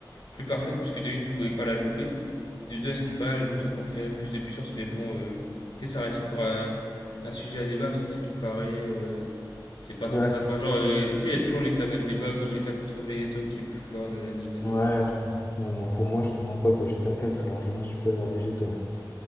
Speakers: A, on the left; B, on the left.
A: plus parfaite, puisque de une, tu pouvais pas la louper, de deux, à ce qui est pas elle te conférait plus de puissance, mais bon, euh, tu sais, ça reste encore un, un sujet à débat, parce qu'à ce qui paraît, euh, c'est pas trop
B: Ouais.
A: ça. Enfin, genre, euh, tu sais, il y a toujours l'éternel débat Gogeta contre Vegeto qui est plus fort, nanani, nanana.
B: Ouais, ouais. Bon, bon, pour moi, je te mens pas, Gogeta 4 est largement supérieur à Végétaux.